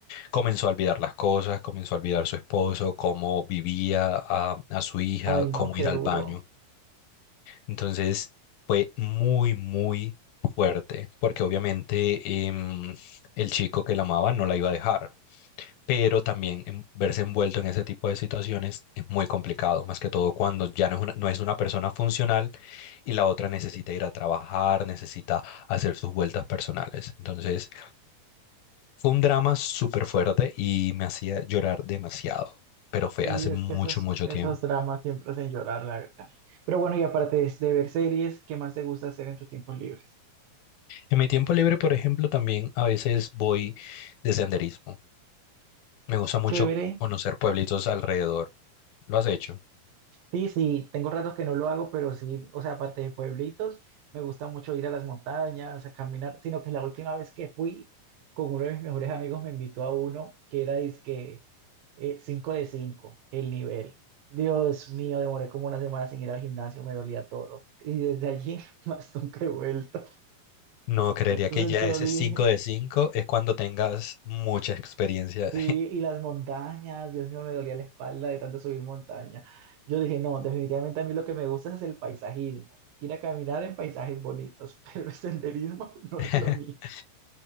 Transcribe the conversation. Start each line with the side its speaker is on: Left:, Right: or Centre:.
Left: Comenzó a olvidar las cosas, comenzó a olvidar su esposo, cómo vivía a, a su hija,
Right: Ay,
Left: cómo
Right: no, qué
Left: ir al
Right: duro.
Left: baño. Entonces fue muy, muy fuerte, porque obviamente em, el chico que la amaba no la iba a dejar, pero también em, verse envuelto en ese tipo de situaciones es muy complicado, más que todo cuando ya no es una, no es una persona funcional y la otra necesita ir a trabajar, necesita hacer sus vueltas personales. Entonces... Fue un drama súper fuerte y me hacía llorar demasiado, pero fue
Right: Sí,
Left: hace
Right: es
Left: mucho,
Right: que esos,
Left: mucho
Right: esos
Left: tiempo.
Right: dramas siempre hacen llorar, la verdad. Pero bueno, y aparte de, de ver series, ¿qué más te gusta hacer en tus tiempos libres?
Left: En mi tiempo libre, por ejemplo, también a veces voy de senderismo. Me gusta mucho
Right: Chévere.
Left: conocer pueblitos alrededor. ¿Lo has hecho?
Right: Sí, sí, tengo ratos que no lo hago, pero sí, o sea, aparte de pueblitos, me gusta mucho ir a las montañas, a caminar, sino que la última vez que fui, con uno de mis mejores amigos me invitó a uno que era dizque eh, 5 de 5, el nivel. Dios mío, demoré como una semana sin ir al gimnasio, me dolía todo. Y desde allí <laughs> más nunca he vuelto.
Left: No, creería
Right: Entonces
Left: que ya
Right: yo
Left: ese
Right: dije...
Left: 5 de 5 es cuando tengas mucha experiencia.
Right: Sí, y las montañas, Dios mío, me dolía la espalda de tanto subir montaña. Yo dije, no, definitivamente a mí lo que me gusta es el paisajismo, ir a caminar en paisajes bonitos, <laughs> pero el senderismo <laughs> no
Left: <laughs>
Right: es lo mío.